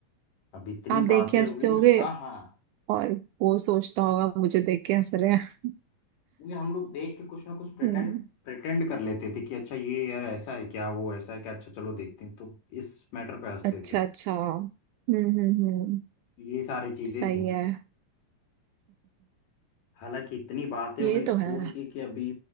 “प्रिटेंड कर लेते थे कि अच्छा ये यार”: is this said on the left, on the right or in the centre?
Left